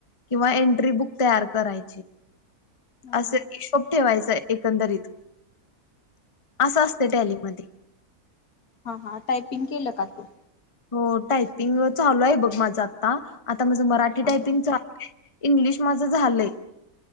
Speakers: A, on the left; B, on the left.
A: किंवा एट्री बुक तयार कराय
B: हं
A: असं
B: हं
A: हिशोब ठेवायचंय एकंदरीत असं असतं डलीमध्ये
B: हा हा टायपिंग केलं का तू
A: हो टायपिंग चालू आहे बघ माझं आता आता माझं मराठी
B: हां
A: टायपिंग
B: हां
A: च इंग्लिश माझ झालंय